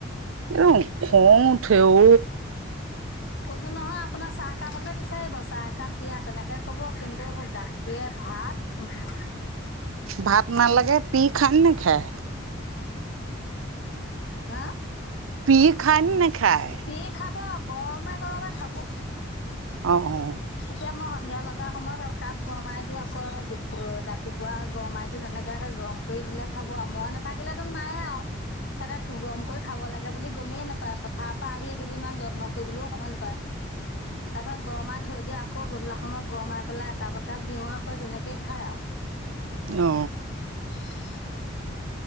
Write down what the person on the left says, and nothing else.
ক'ছোঁ নহয় আপোনাৰ চাহকাপলে বিচাৰিব, চাহ একাপ দিয়া তেনেকে ক'ব কিন্তু গাখীৰে ভাত <unintelligible>
হা!
পি খাব গৰমে গৰমে খাব।
এতিয়া মই সন্ধিয়া লগা সময়ত কাপ গৰমাই দিওঁ আকৌ দুপ ৰাতিপুৱা গৰমাই দিওঁ তেনে- কে গৰম কৰি দিলে খাব আৰু মই নাথাকিলেতো নাইয়ে আৰু। সেঁতে গম কৰি খাব লাগে বুলি গমেই নাপায়। পথাৰ পৰা আহি সেইবোৰ ইমান যত্ন কৰিবলৈও সময় নাপায়।
তাৰপিছত গৰমাত থৈ দিয়ে, আকৌ গধূলা সময়ত গৰমাই পেলাই একাপ-একাপ দিও আকৌ সেই তেনেকেই খায় আৰু।
<unintelligible>